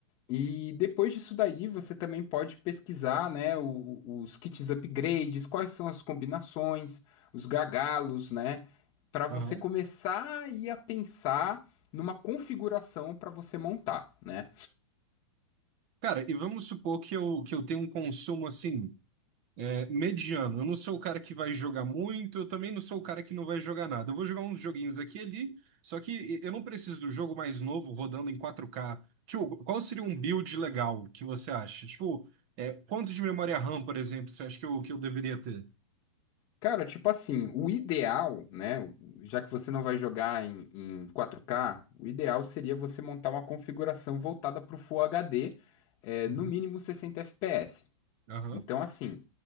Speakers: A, on the left; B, on the right.
A: E depois disso daí, você também pode pesquisar, né, o- o- os kits upgrades, quais são as combinações, os gagalos, né, para você
B: Aham.
A: começar aí a pensar numa configuração para você montar, né?
B: Cara, e vamos supor que eu, que eu tenho um consumo assim. É, mediano. Eu não sou o cara que vai jogar muito, eu também não sou o cara que não vai jogar nada. Eu vou jogar uns joguinhos aqui e ali, só que eu não preciso do jogo mais novo rodando em 4K. Tipo, qual seria um build legal que você acha? Tipo, é, quanto de memória RAM, por exemplo, você acha que eu, que eu deveria ter?
A: Cara, tipo assim, o ideal, né, o- já que você não vai jogar em, em 4K, o ideal seria você montar uma configuração voltada para o Full HD, eh,
B: Uhum.
A: no mínimo 60 FPS.
B: Aham,
A: Então, assim.